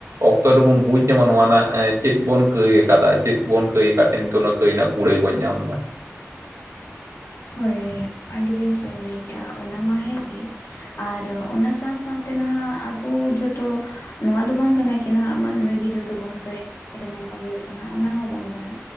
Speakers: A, on the right; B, on the left.
A: ᱚᱠᱛᱚ ᱨᱮᱵᱩᱱ ᱵᱩᱡ ᱧᱟᱢᱟ ᱱᱚᱣᱟ ᱨᱮᱱᱟᱜ ᱮᱸ ᱪᱮᱫ ᱵᱚᱱ ᱠᱟᱹᱭ ᱟᱠᱟᱫᱟ, ᱪᱮᱫ ᱵᱚᱱ ᱠᱟᱹᱭ ᱟᱠᱟᱫᱟ ᱛᱮ ᱱᱤᱛᱚᱜ ᱚᱱᱟ ᱠᱟᱹᱭ ᱨᱮᱱᱟᱜ ᱠᱩᱲᱟᱹᱭ ᱵᱟᱹᱧ ᱧᱟᱢ ᱫᱟ᱾
B: ᱦᱳᱭ ᱦᱮᱸ᱾ ᱟᱹᱰᱤ ᱵᱮᱥ ᱵᱮᱱ ᱞᱟᱹᱭ ᱠᱮᱫᱮᱜᱼᱟ ᱚᱱᱟ ᱢᱟ ᱦᱮᱸ ᱜᱮ᱾ ᱟᱨ ᱚᱱᱟ ᱥᱟᱶ ᱥᱟᱶᱛᱮ ᱱᱟᱦᱟᱜ ᱟᱵᱚ ᱡᱚᱛᱚ ᱱᱚᱣᱟ ᱫᱚ ᱵᱟᱝ ᱠᱟᱱᱟ ᱠᱤ ᱱᱦᱟᱸᱜ ᱢᱟᱹᱱᱢᱤ ᱜᱮ ᱡᱚᱛᱚ ᱵᱚᱱ ᱠᱟᱹᱭ <inaudible> ᱱᱚᱝᱠᱟ ᱦᱩᱭᱩᱜ ᱠᱟᱱᱟ ᱚᱱᱟ ᱦᱚᱸ ᱵᱟᱝ ᱠᱟᱱᱟ᱾